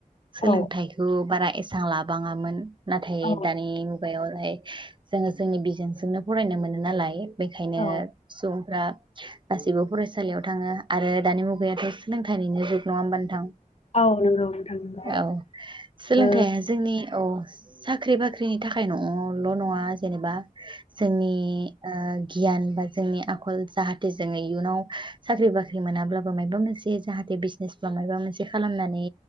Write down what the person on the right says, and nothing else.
सोलोंथाइखौ
बारा एसां लाबाङामोन। नाथाय
दानि मुगायावहाय जोङो जोंनि बिजोंजोंनो फरायनो मोनो नालाय। बेखायनो
सुबुंफ्रा गासिबो फरायसालियाव थाङो आरो दानि मुगायाथ' सोलोंथाइनिनो जुग, नङा होमबा नोंथां?
औ सोलोंथाइया
जोंनि औ। साख्रि बाख्रिनि थाखाय न'ल' नङा जेनेबा जोंनि ओ गियान बा जोंनि आखल जाहाथे जोङो इयुनाव साख्रि बाख्रि मोनाब्लाबो मायबा मोनसे जे जाहाथे बिजनेस बा मायाबा मोनसे खालामनानै